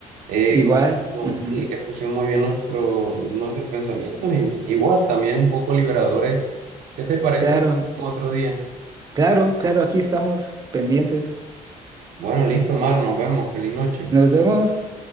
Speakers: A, on the right; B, on the right.
A: Eh,
B: igual.
A: capaz, no,
B: ujú,
A: sí, expusimos muy bien nuestro, nuestros pensamientos y igual también un poco liberadores. ¿Qué te parece
B: Claro,
A: si otro día?
B: claro, claro, aquí estamos pendientes.
A: Bueno, listo, Omar, nos vemos. Feliz noche.
B: Nos vemos.